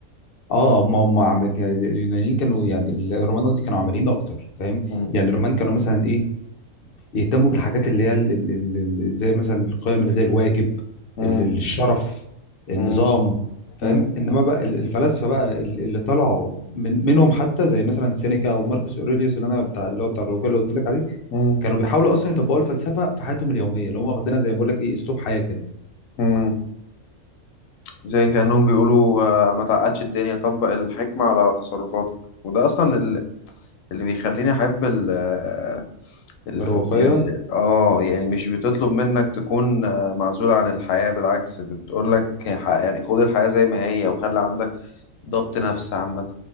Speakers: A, on the left; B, on the left.
A: اه هم هم عم- يعني اليونانيين كانوا يعني ال- الرومان قصدي كانوا عمليين اكتر فاهم
B: مم.
A: يعني الرومان كانوا مثلا ايه يهتموا بالحاجات اللي هي ال- ال- ال- ال- زي مثلا القيم اللي زي الواجب
B: مم.
A: ال- ال- الشرف النظام
B: مم.
A: فاهم
B: مم.
A: انما بقى ال- الفلاسفه بقى ال- اللي طلعوا من منهم حتى زي مثلا سينيكا او ماركوس اوريليوس اللي انا بتاع اللي هو بتاع الروايه اللي قلت لك عليه
B: مم.
A: كانوا بيحاولوا اصلا يطبقوا الفلسفه في حياتهم اليوميه اللي هم واخدينها زي ما بقول لك ايه اسلوب حياه كده
B: مم. زي كأنهم بيقولوا آه، ما تعقدش الدنيا طبق الحكمة على تصرفاتك وده أصلا ال- اللي بيخليني أحب ال- آه، الفلس
A: الرواقيه
B: يعني اه يعني مش بتطلب منك تكون آه، معزول عن الحياة بالعكس بتقول لك يعني خد الحياة زي ما هي وخلي عندك ضبط نفس عامة